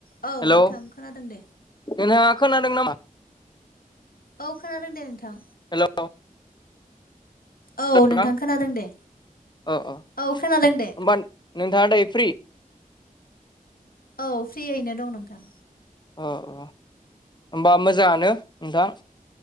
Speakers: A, on the left (about 80°); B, on the left (about 30°).
A: औ
B: हेलौ
A: नोंथां खोनादों दे
B: नोंथाङा खोनादों नामा?
A: औ खोनादों दे नोंथां।
B: हेलौ
A: औ
B: खोनादोना
A: नोंथां खोनादों दे
B: अ अ
A: औ
B: होमबा
A: खोनादों दे
B: नोंथाङा दायो फ्रि?
A: औ फ्रियैनो दं नोंथां।
B: अ अ होमबा मोजाङानो नोंथां।